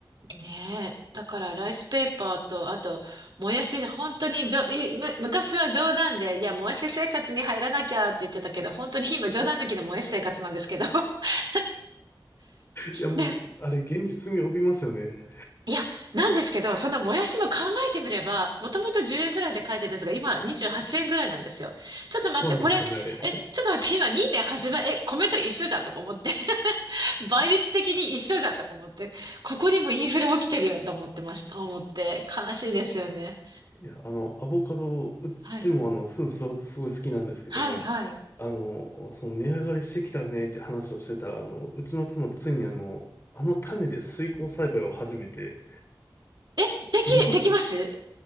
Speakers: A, on the right; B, on the left.
A: う、ねえ。だから、ライスペーパーと、あと、もやし、本当にじょ、いむ、昔は冗談で、いや、もやし生活に入らなきゃって言ってたけど、本当に今、冗談抜きでもやし生活なんですけど。<laughs>
B: いや、もう、
A: で、
B: あれ、現実味を帯びますよね。
A: いや、なんですけど、そのもやしも考えてみれば、もともと10円ぐらいで書いてたんですが、今、28円ぐらいなんですよ。ちょっと待って、
B: そうなんですよね、
A: これ、え、
B: あれ。<laughs>
A: ちょっと待って、今2.8倍、え、米と一緒じゃんとか思って、<laughs> 倍率的に一緒じゃんとか思って、ここにもインフレ起きてるよと思ってました、思って、悲しいですよね。
B: いや、あの、アボカド、うちもあの、
A: はい。
B: 夫婦揃ってすごい好きなんですけど、
A: はいはい。
B: あの、その値上がりしてきたよねって話をしてたら、あの、うちの妻ついにあの、あの種で水耕栽培を始めて、
A: え、でき、
B: 今、
A: できます